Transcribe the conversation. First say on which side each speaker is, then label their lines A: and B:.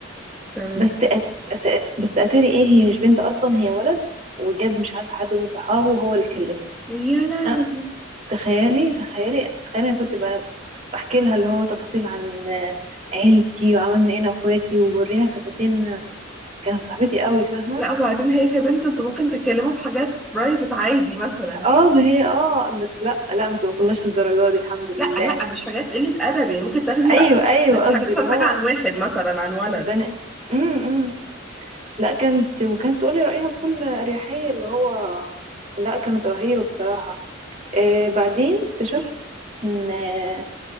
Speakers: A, in the centre; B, on the right.
A: تمام
B: بس أت... أس- بس اتاري ايه هي مش بنت اصلا هي ولد وجاب مش عارفه حد من صحابه وهو اللي كلمني
A: يا لهوي
B: أنا تخيلي تخيلي تخيلي انا كنت بقى بحكي لها اللي هو تفاصيل عن آه، عيلتي وعملنا ايه انا واخواتي وبوريها فساتين كانت صاحبتي قوي فاهمه
A: لا وبعدين هي كبنت انتوا ممكن تتكلموا في حاجات برايفت عادي مثلا
B: اه ده هي اه بس لا لا ما توصلناش للدرجه دي الحمد لله
A: لا لا مش حاجات قلة أدب يعني ممكن تاخدي
B: ايوه
A: رأي
B: ايوه
A: في
B: قصدي
A: حاجة مثلا
B: اللي هو
A: حاجة عن واحد مثلا عن ولد
B: بني امم إمم. لا كانت وكانت تقولي رأيها بكل أريحية اللي هو لا كانت رهيبة بصراحة آه بعدين اكتشفت من آه